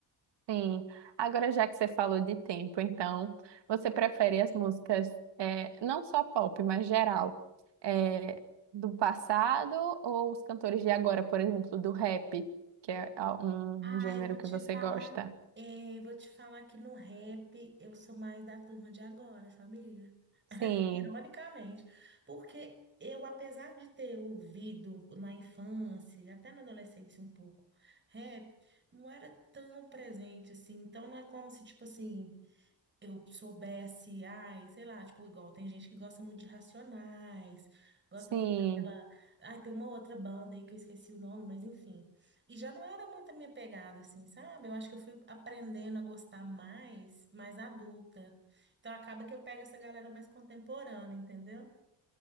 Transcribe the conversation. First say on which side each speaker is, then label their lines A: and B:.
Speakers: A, on the right; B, on the right.
A: Sim. Agora, já que você falou de tempo, então, você prefere as músicas, é, não só pop, mas geral, é, do passado ou os cantores de agora, por exemplo, do rap, que é a- um
B: Ai,
A: um gênero
B: vou
A: que
B: te
A: você
B: falar.
A: gosta?
B: eh, vou te falar que no rap eu sou mais da turma de agora, sabia?
A: Sim,
B: Ironicamente, porque eu, apesar de ter ouvido na infância, e até na adolescência um pouco, rap, não era tão presente assim. Então não é como se, tipo assim eu soubesse, ai, sei lá, tipo, igual tem gente que gosta muito de Racionais, gosta
A: sim,
B: muito daquela. Ai, tem uma outra banda aí que eu esqueci o nome, mas enfim. E já não era muito a minha pegada, assim, sabe? Eu acho que eu fui aprendendo a gostar mais, mais adulta. Então acaba que eu pego essa galera mais contemporânea, entendeu?